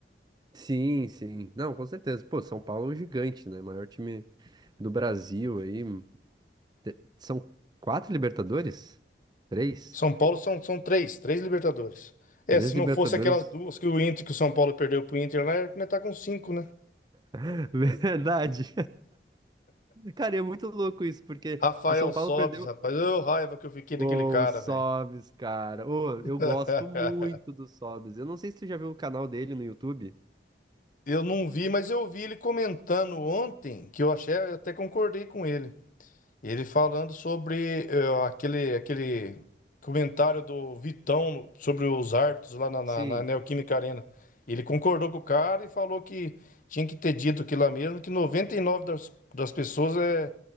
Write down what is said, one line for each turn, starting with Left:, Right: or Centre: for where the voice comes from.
Right: Sim, sim. Não, com certeza. Pô, São Paulo é um gigante, né? Maior time do Brasil aí. Te- São quatro Libertadores? Três?
Left: São Paulo são, são três, três Libertadores. É,
Right: Três
Left: se
Right: Libertadores.
Left: não fosse aquelas duas que o Inter, que o São Paulo perdeu pro Inter, né, né, tá com cinco, né?
Right: <laughs> Verdade. Cara, e é muito louco isso, porque
Left: Rafael
Right: o São
Left: Sobis,
Right: Paulo perdeu.
Left: rapaz. Eu, raiva que eu fiquei daquele
Right: O
Left: cara,
Right: Sobs,
Left: velho.
Right: cara. Ô,
Left: <laughs>
Right: eu gosto muito do Sobs. Eu não sei se tu já viu o canal dele no YouTube.
Left: Eu não vi, mas eu vi ele comentando ontem, que eu achei, eu até concordei com ele. Ele falando sobre eh, aquele, aquele comentário do Vitão sobre os árbitros lá na, na,
Right: Sim.
Left: na Neoquímica Arena. Ele concordou com o cara e falou que tinha que ter dito aquilo lá mesmo, que 99 das, das pessoas é,